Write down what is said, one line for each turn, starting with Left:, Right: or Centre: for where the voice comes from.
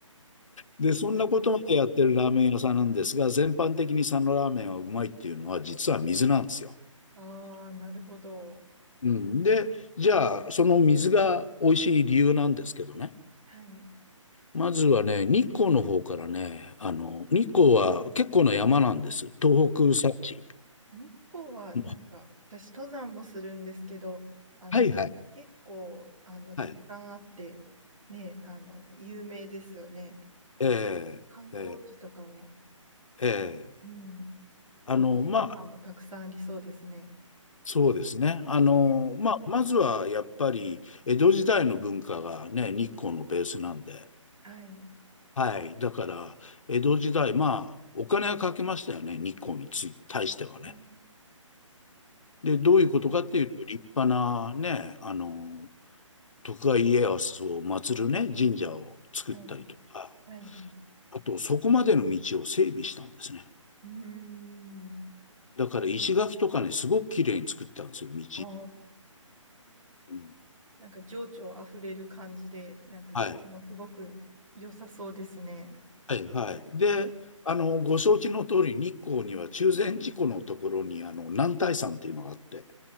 Left: で、そんなことまでやってるラーメン屋さんなんですが、
Right: これそんなに
Left: 全般的に佐野ラーメンはうまいっていうのは実は水なんですよ。
Right: ああー、なるほど。
Left: うん、で、じゃあ、その水が美味しい理由なんですけどね。
Right: はい。
Left: まずはね、日光の方からね、あの、日光は結構な山なんです。東北山地。
Right: 日光はなんか私登山もするんですけど、
Left: うん
Right: あの結構あのたくさんあってね、
Left: はいはい。はい。
Right: あの有名ですよね。
Left: えー、
Right: 観光地とかも、
Left: えー、えー
Right: うん、
Left: あの、
Right: 美味しいご飯もたくさんありそうですね。
Left: まあ、そうですね。あの、
Right: ね
Left: まあ、まずはやっぱり、江戸時代の文化がね、日光のベースなんで。
Right: はい。
Left: はい。だから、江戸時代、まあ、お金はかけましたよね、日光につい、対してはね。
Right: うん
Left: で、どういうことかっていうと、
Right: はい。
Left: 立派なね、あの、徳川家康を祀るね、神社を作ったりとか、
Right: はいはい。
Left: あと、そこまでの道を整備したんですね。
Right: うーん。
Left: だから、石垣とかね、すごく綺麗に作ったんですよ、道。
Right: ああ、
Left: うん、
Right: なんか情緒あふれる感じで、なんかそれもすごく良さそうですね。
Left: はい。はい、はい。で、あの、ご承知の通り、日光には中禅寺湖のところに、あの、男体山っていうのがあって、